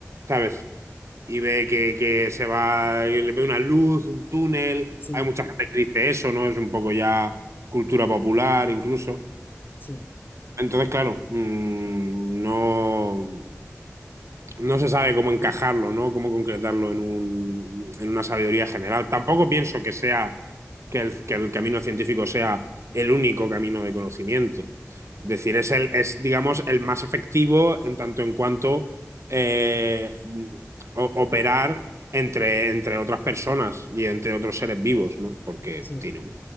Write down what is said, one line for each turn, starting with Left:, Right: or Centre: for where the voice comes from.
Right: ¿sabes? y ve que, que se va, le ve una luz, un túnel.
Left: sí,
Right: Hay mucha gente que dice eso, ¿no? Es un poco ya cultura popular incluso.
Left: sí,
Right: Entonces, claro, mmm, no, no se sabe cómo encajarlo, ¿no? Cómo concretarlo en, un, en una sabiduría general. Tampoco pienso que sea que el, que el, camino científico sea el único camino de conocimiento. Es decir, es, el, es digamos, el más efectivo en tanto en cuanto eh, operar entre, entre otras personas y entre otros seres vivos, ¿no? Porque
Left: sí,
Right: tiene